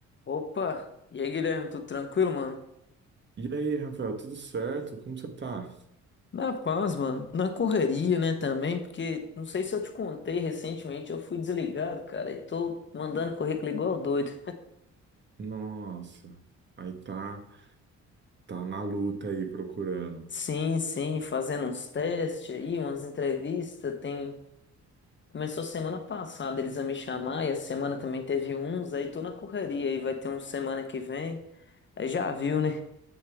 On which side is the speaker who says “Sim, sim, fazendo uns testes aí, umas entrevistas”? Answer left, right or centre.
Left